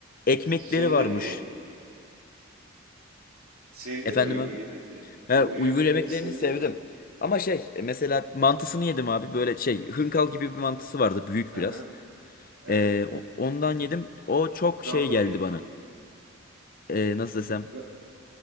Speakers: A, on the left; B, on the right.
A: Ekmekleri
B: Sevdin
A: varmış.
B: mi? Sevdin
A: Efendim
B: mi Uygur
A: abi.
B: yemeklerini?
A: He,
B: Uygur
A: Uygur
B: yemeklerini
A: yemeklerini
B: sevdin
A: sevdim.
B: mi?
A: Ama şey e, mesela mantısını yedim abi. Böyle şey hınkal gibi bir mantısı vardı. Büyük
B: Hı
A: biraz.
B: hı. Evet.
A: Ee, o- ondan yedim. O çok
B: Dumble
A: şey geldi
B: gibi.
A: bana. Ee, nasıl desem.
B: Da-